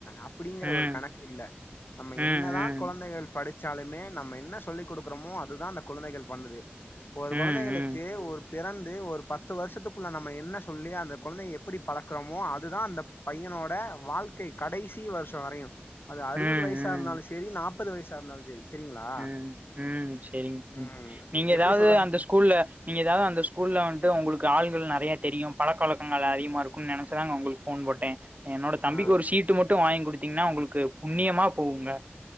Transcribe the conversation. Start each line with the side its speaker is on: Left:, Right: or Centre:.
Left: அப்டிங்கிற
Right: ம்,
Left: ஒரு கணக்கு இல்ல நம்ம
Right: ம், ம்,
Left: என்னதா கொழந்தைகள் படிச் ச்சாலுமே நம்ம என்ன சொல்லி குடுக்குறோமோ அதுதா அந்த குழந்தைகள் பண்ணுது ஒரு
Right: ம்,
Left: கொழந்தைகளுக்கு ஒரு பிறந்து ஒரு பத்து வருஷத்துக்குள்ள நம்ம என்ன சொல்லி அந்த கொழந்தைய எப்டி பழக்கறோமோ அதுதா அந்த பையனோட வாழ்க் கை கடைசி வருஷோ வரையு அது அறுவது
Right: ம்,
Left: வயச இருந்தாலு செரி நாப்பது வயச இருந்தாலு செரி செரிங்களா
Right: உம் உம் செரி
Left: ம்
Right: நீங்க
Left: எப்டி
Right: ஏதாவது
Left: சொல்ற
Right: அந்த ஸ்கூல்ல நீங்க எதாவது அந்த ஸ்கூல்ல வந்து உங்களுக்கு ஆள்கள் நெறைய தெரியு பழக்க வழக்கங்கள் அதிகமா இருக்கும்னு நெனைச்சதாங்க ஒங்களுக்கு போன் போட்டே என்னோட தம்பிக்கு
Left: ஆ
Right: ஒரு சீட்டு மட்டு வாங்கி குடுத்தீங்கன்னா உங்களுக்கு புண்ணியமா போகுங்க